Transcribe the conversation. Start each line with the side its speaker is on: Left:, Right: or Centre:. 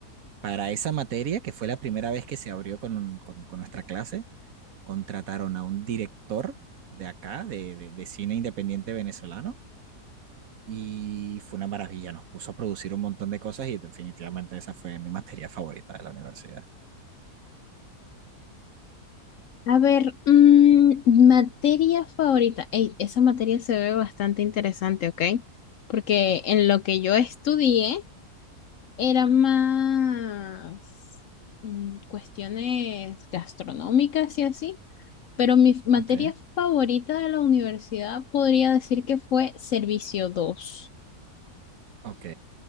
Right: Para esa materia, que fue la primera vez que se abrió con, un- con- con nuestra clase, contrataron a un director de acá, de, de- de cine independiente venezolano, y fue una maravilla. Nos puso a producir un montón de cosas y definitivamente esa fue mi materia favorita de la universidad.
Left: A ver, mm, materia favorita. Ey, esa materia se ve bastante interesante, ¿ok? Porque en lo que yo estudié era más mm, cuestiones gastronómicas y así, pero mi materia
Right: Ok.
Left: favorita de la universidad podría decir que fue Servicio 2.
Right: Ok,